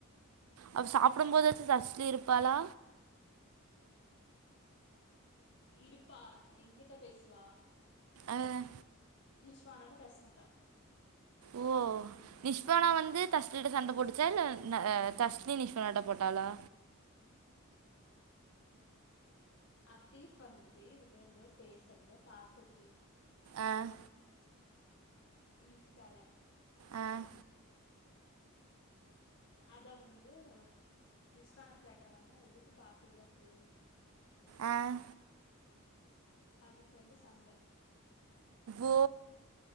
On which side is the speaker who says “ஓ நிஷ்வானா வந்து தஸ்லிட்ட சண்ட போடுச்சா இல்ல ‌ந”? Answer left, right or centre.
Right